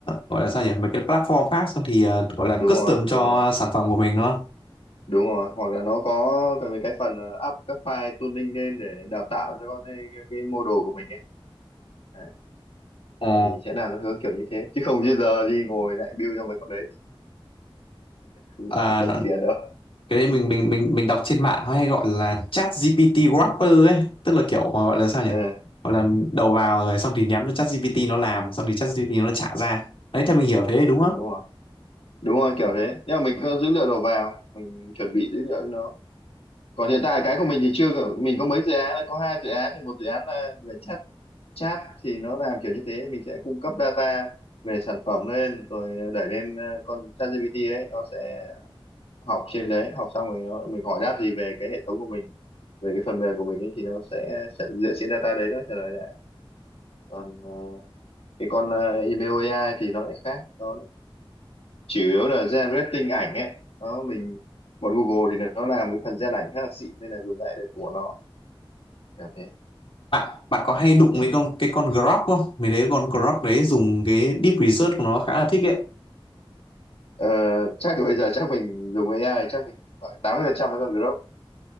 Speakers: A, on the left; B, on the left.
A: gọi là sao nhỉ mấy cái platform khác xong thì ờ, gọi là
B: đúng
A: custom
B: rồi
A: cho
B: đúng rồi
A: sản phẩm của mình đúng không
B: đúng rồi hoặc là nó có cái mấy cái phần ờ, up các file tuning lên để đào tạo cho con ấy, cái, cái model của mình ấy Đấy,
A: ờ,
B: thì sẽ làm nó hướng kiểu như thế chứ không như giờ đi ngồi lại build cho mấy con đấy thì không,
A: à,
B: không có tiền đâu
A: cái đấy mình mình mình mình đọc trên mạng nó hay gọi là chat GPT wrapper ấy tức là kiểu gọi là sao nhỉ
B: ừ,
A: gọi là đầu vào rồi xong thì nhắm cho chat GPT nó làm xong thì chat GPT nó trả ra đấy theo mình hiểu thế đúng không
B: đúng rồi đúng rồi kiểu thế nhưng mà mình có dữ liệu đầu vào mình chuẩn bị dữ liệu cho nó còn hiện tại cái của mình thì chưa có- mình có mấy dự án có hai dự án thì một dự án là về chat chat thì nó làm kiểu như thế mình sẽ cung cấp data về sản phẩm lên rồi đẩy lên ờ, con ChatGPT ấy nó sẽ học trên đấy học xong rồi nó, mình hỏi đáp gì về cái hệ thống của mình về cái phần mềm của mình ấy thì nó sẽ, sẽ dựa trên data đấy nó trả lời lại còn ờ, cái con ờ, email AI thì nó lại khác nó chủ yếu là generating ảnh ấy nó mình bọn Google thì nó làm cái phần gen ảnh khá là xịn nên là dùng lại được của nó kiểu thế
A: bạn bạn có hay đụng
B: không phải
A: với con cái con Grok không mình thấy con Grok đấy dùng cái deep research của nó khá là thích ấy
B: ờ, chắc là bây giờ chắc mình dùng AI chắc mình khoảng 80% với con Grok